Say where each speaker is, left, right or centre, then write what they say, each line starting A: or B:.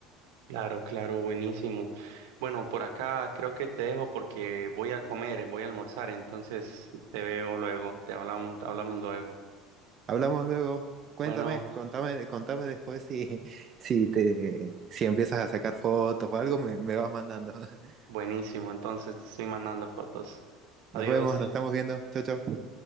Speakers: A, on the right; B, on the right.
A: Claro, claro, buenísimo. Bueno, por acá creo que te dejo porque voy a comer, voy a almorzar, entonces te veo luego, te hablamos, te hablamos luego.
B: Hablamos luego, cuéntame,
A: Bueno,
B: contame, contame después si, <laughs> si, te, si empiezas a sacar fotos o algo, me, me vas mandando. <laughs>
A: buenísimo, entonces te estoy mandando fotos. Adiós.
B: Nos vemos, nos estamos viendo, chao, chao.